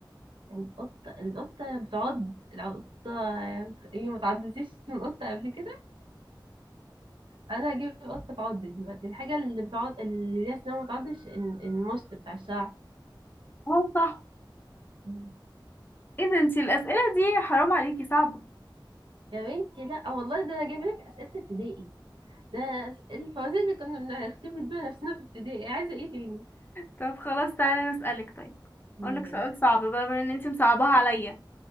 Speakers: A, on the right (about 80°); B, on the left (about 25°).
A: القطة القطة بتعض القطة ايه ما تعضتيش من قطة قبل كده أنا هجيب قطة تعض دلوقتي الحاجة اللي بتعض اللي ليها أسنان وما بتعضش ال- المشط بتاع الشعر
B: اه صح
A: مم.
B: ايه ده انتي الأسئلة دي حرام عليكي صعبة
A: يا بنتي لا آه والله ده أنا جايب لك أسئلة ابتدائي ده الفوازير اللي كنا بنختبر بيها نفسنا في ابتدائي إيه، عايزة ايه تاني
B: طب خلاص تعالى نسألك طيب
A: ماشي
B: اقولك سؤال صعب بقى بما ان انتي مصعباها عليا